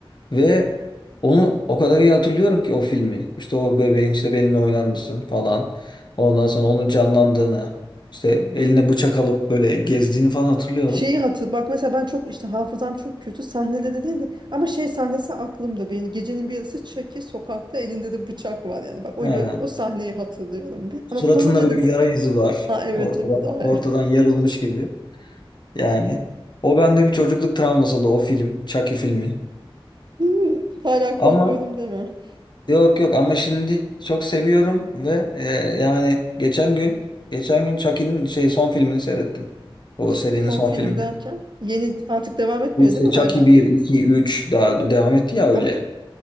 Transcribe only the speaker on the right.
Şeyi hatır bak mesela ben çok işte hafızam çok kötü sahneleri değil de ama şey sahnesi aklımda benim gecenin bir yarısı Chucky sokakta elinde de bıçak var yani bak o
gö- o sahneyi hatırlıyorum bir
ama konu ne
desem
ha evet
evet ay.
<laughs>
Hmm, hala korkuyorum
deme
C-
son
filmi
derken yeni artık devam etmiyor
değil mi hala
Am-